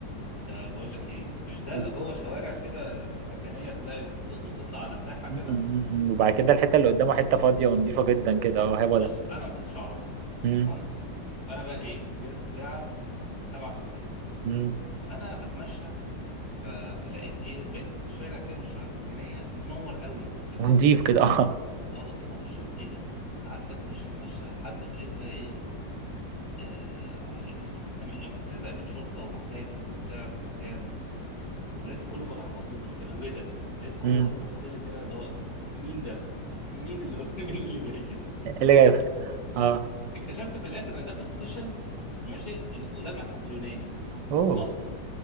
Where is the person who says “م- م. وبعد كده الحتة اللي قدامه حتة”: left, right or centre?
Right